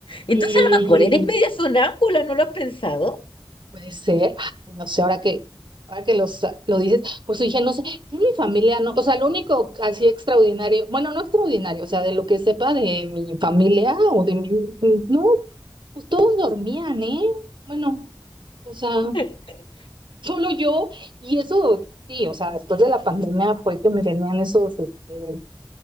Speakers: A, on the left; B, on the right.
A: Entonces
B: Y
A: a lo mejor eres media sonámbula, ¿no lo has pensado?
B: Puede ser, ay, no sé, ahora que, ahora que los, lo dices, pues dije, no sé, yo en mi familia no, o sea, lo único así extraordinario, bueno, no extraordinario, o sea, de lo que sepa de mi familia o de mi, no, pues todos dormían, ¿eh? Bueno, o sea,
A: <laughs>
B: solo yo, y eso, sí, o sea, después de la pandemia fue que me venían esos, este,